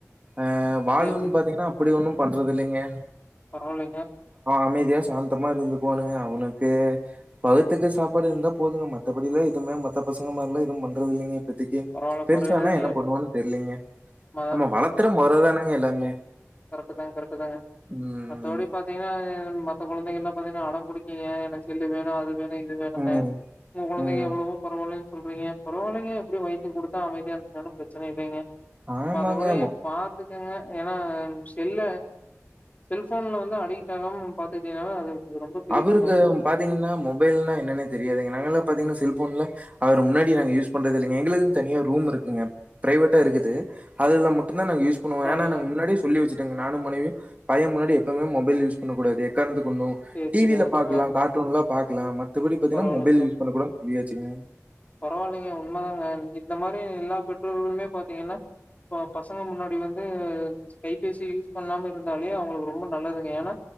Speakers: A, on the right (about 30°); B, on the left (about 30°).
A: அ வாழுன்னு
B: சேரி சேரி
A: பாத்திங்கன்னா அப்படி ஒன்னு பண்றது இல்லைங்க
B: பரவால்லிங்க
A: அமைதியா சாந்தமா இருந்து பானுங்க அவனுக்கு வகுத்துக்கு சாப்பாடு இருந்தா போதுங்க மத்தபடியில எது மத்த பசங்க மாதிர எல்லா எதுவு பண்றது இல்லங்க இப்போதிக்கு
B: பரவால்ல
A: பெருசா
B: பரவால்லைங்க
A: ஆனா என்ன பண்ணுவான்தெரிலிங்க
B: ம
A: நம்ம வளத்துற மொரதானேங்க எல்லாமே
B: கரெக்ட் தா கரெக்ட தாங்க
A: ம்
B: மத்தபடி பாத் பாத்திங்ன்னா மத்த கொழந்தைகள்லல பாத்திங்ன்னா அடோ புடிக்குங்க எனக்கு செல்லு வேணு அது வேணு இது வேணுன்னு
A: ம்
B: உங்க கொழந்தைங்க
A: ம்
B: எவ்ளோவோ பரவால்லைன்னு சொல்றீங்க பாரவால்லைங்க எப்டியோ வைத்துக்கு குடுத்தா அமைதியா இருந்தா பிரச்சன இல்லைங்க
A: ஆமாங்க
B: மத்தபடி பாத்துக்கங்க ஏனா செல்ல செல்போன்ல வந்து அடிக்ட் ஆகாம பாத்துக்கிட்னால அது ரொம்ப பெரிய
A: அவருக்கு
B: சந்தோஷங்க
A: பாத்திங்ன்னா மொபைல்னா என்னன்னே தெரியாதுங்க நாங்க எல்லா பாத்திங்கன்னா செல்போன்ல அவரு முன்னாடி நாங்க யூஸ் பண்றது இல்லங்க எங்ளுக்கு தனியா ரூம் இருக்குங்க பிரைவேட்டா இருக்குது அதுல மட்டு தா நாங்க யூஸ் பண்ணுவோ
B: பரவாயில்லைங்க
A: ஏனா முன்னாடி சொல்லி வச்சுட்டாங்க நானு மனைவியு பைய முன்னாடி எப்பவுமே மொபைல் யூஸ் பண்ணக்க கூடாது எக்ரணத்தக்கொண்டு
B: சேரி
A: டீவில
B: சேரிங்க
A: பாக்ல
B: ஆ
A: கார்டூன்லா பாக்கலா மத்தபடி பாத்திங்ன்னா
B: பரவால்ல
A: மொபைல் யூஸ் பண்ண கூடதுண்ணு சொல்லியாச்சுங்க
B: பரவால்லிங்க உண்மதாங்க இந்த மாதிரி எல்லா பெற்றோர்களுமே பாத்திங்கன்னா இப்ப பசங்க முன்னாடி வந்து கைபேசி யூஸ் பண்ணாம இருந்தாலே அவுங்களுக்கு ரொம்ப நல்லதுங்க ஏனா